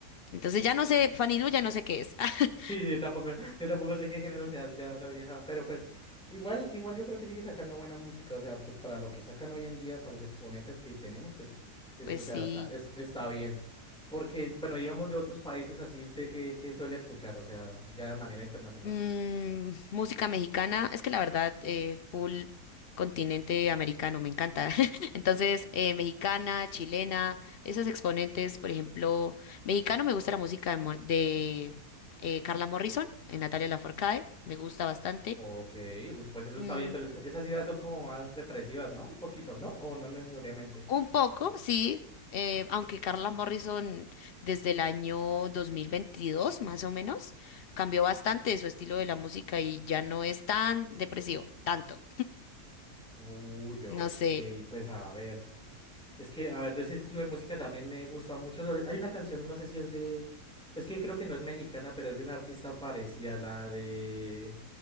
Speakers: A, on the left; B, in the centre.
A: Entonces ya no sé, Fanny Lu ya no sé qué es. <laughs>
B: Sí, sí, yo tampoco, yo tampoco sé qué género seas, ya sabía, ajá, pero pues igual, igual yo creo que sigue sacando buena música, o sea, pues para lo que sacan hoy en día, para los exponentes que tenemos, pues, es,
A: Pues
B: o sea,
A: sí.
B: está, es- está bien. Porque, bueno, digamos de otros países así, ¿usted qué, qué suele escuchar? O sea, ya de manera internacional.
A: Mm, música mexicana, es que la verdad, eh, full continente americano, me encanta. <laughs> Entonces, eh, mexicana, chilena, esos exponentes, por ejemplo, mexicano me gusta la música de, Mon- de, eh, Carla Morrison, eh, Natalia Lafourcade, me gusta bastante.
B: Ok, uy, pues eso
A: Mm,
B: está bien, pero esas, esas ideas son como más depresivas, ¿no? Un poquito, ¿no? O no necesariamente.
A: un poco, sí, eh, aunque Carla Morrison desde el año 2022 más o menos, cambió bastante su estilo de la música y ya no es tan depresivo, tanto.
B: Uy, ok,
A: No sé.
B: pues a ver. Es que, a ver, de ese estilo de música también me gusta mucho. sobre- Hay una canción, no sé si es de... Es que creo que no es mexicana, pero es de una artista parecida, la de...